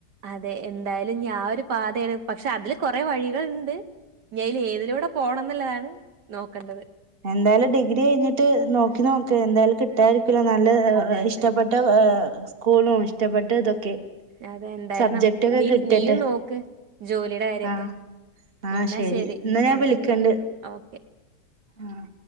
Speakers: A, on the right; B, on the right.
A: അതെ എ എന്തായാലും ആ ഒരു പാതയാണ്. പക്ഷെ അതില് കൊറേ വഴികളുണ്ട്. ഇവയിൽ ഏതിലൂടെ പോണം ഉള്ളതാണ്. നോക്കണ്ടത്
B: എന്തായാലും ഡിഗ്രി കഴിഞ്ഞിട്ട് നോക്കി നോക്ക് എന്തായാലും കിട്ടാ നല്ല
A: അതെ, അതെ.
B: ഇഷ്ടപ്പെട്ട സ്കൂളും ഇഷ്ടപ്പെട്ട ഇതൊക്കെ
A: അതെ എന്തായാലും
B: സബ്ജെക്ട്
A: നം
B: ഒക്കെ
A: നീ
B: കിട്ടട്ടെ
A: നീയും നോക്ക് ജോലിയുടെ കാര്യൊക്കെ.
B: ആഹ് ആഹ്
A: എന്നാ
B: ശരി ഇന്നാ ഞാൻ
A: നമുക്ക്
B: വിളിക്കേണ്ട്.
A: പിന്നെ ഓക്കെ.
B: ആഹ്